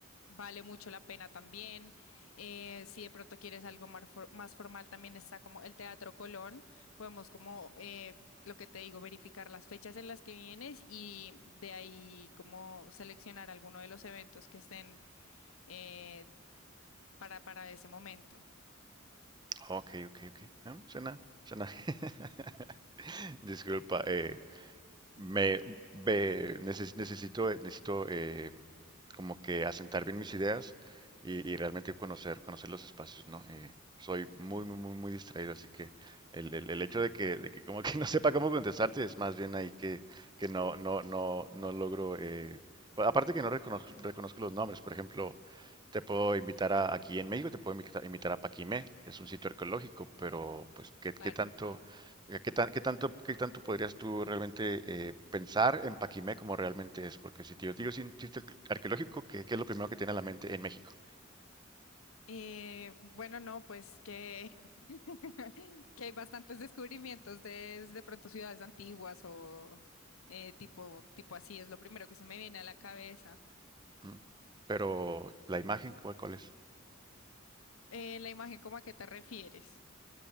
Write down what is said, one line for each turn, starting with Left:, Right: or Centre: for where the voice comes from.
Left: vale mucho la pena también. Eh, si de pronto quieres algo mar- for- más, formal, también está como el Teatro Colón. Podemos como, eh, lo que te digo, verificar las fechas en las que vienes y de ahí como seleccionar alguno de los eventos que estén eh, para, para ese momento.
Right: Ok, ok, ok. Ah, Suena, suena. <laughs> Disculpa, eh, me, me neces- necesito, necesito eh, como que asentar bien mis ideas y, y realmente conocer, conocer los espacios, ¿no? Eh, soy muy, muy, muy, muy distraído, así que el, el- el hecho de que, de que como que <laughs> no sepa cómo contestarte es más bien ahí que, que no, no, no, no logro, eh, pa- aparte que no reconozco, reconozco los nombres, por ejemplo, te puedo invitar a, aquí en México, te puedo invita- invitar, a Paquimé, es un sitio arqueológico, pero pues, ¿qué, qué
Left: Claro.
Right: tanto? Eh, ¿Qué tan- qué tanto, qué tanto podrías tú realmente eh, pensar en Paquimé como realmente es? Porque si te yo te digo sin chiste arqueológico, ¿qué, qué es lo primero que tiene a la mente en México?
Left: Eh, bueno, no, pues que, <laughs> que hay bastantes descubrimientos de, de pronto ciudades antiguas o eh, tipo, tipo así, es lo primero que se me viene a la cabeza.
Right: ¿Mm? Pero la imagen, ¿cuál, cuál es?
Left: Eh, la imagen, ¿cómo a qué te refieres?